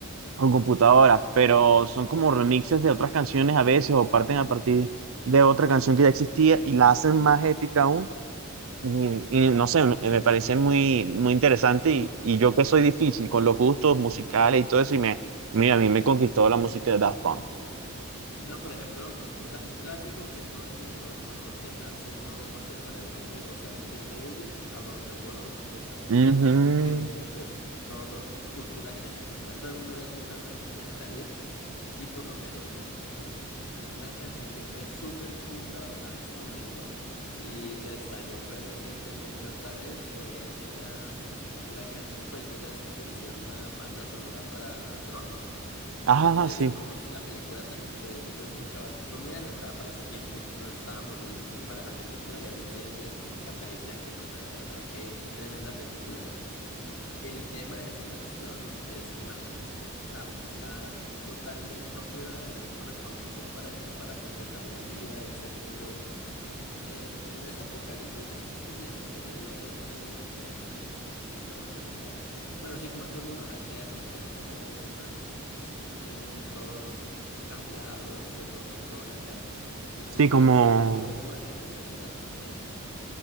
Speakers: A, on the right; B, on the left.
A: con computadoras, pero son como remixes de otras canciones a veces o parten a partir de otra canción que ya existía y la hacen más épica aún. Y, y no sé, me me parece muy, muy interesante y, y yo que soy difícil con los gustos musicales y todo eso y me, mira, a mí me conquistó la música de Daft Punk.
B: No, por ejemplo, o sea, un clásico que todo el mundo conoce, así no sepan el nombre o saben que es de ellos, Around the World, esa fue una
A: Ujú.
B: canción que, pues, todo, cultura general, o sea, todo el mundo la ha escuchado al menos una vez en la vida, y por lo menos mm, una canción que fue súper infravalorada en su momento y estalló fue recientemente otra vez, fue la, la canción, pues vos sabes que ellos hicieron la banda sonora para Tron. Y
A: Ah,
B: Tron, de
A: sí.
B: hecho, como si la película también fue súper infra, fue muy adelantada para su tiempo, no estábamos listos para esa película y ahorita hoy en día es como que aprecian que fue madre, de verdad, qué tremenda película. El tema de esa canción es una joya. O sea, va totalmente, no pudieron haber sacado una mejor canción para, com- para completar la vibra de ese mundo. eh, no es apocalíptico, pero ¿cómo es que se llama este género? Este, se me fue el nombre de la palabra. Bueno, sí, como estos mundos alternos, pero como que están em, todos cambiados, que todos son todos alternos. Y como
A: Sí,
B: para
A: como,
B: toda esa vibra oscura que ellos generan, genial.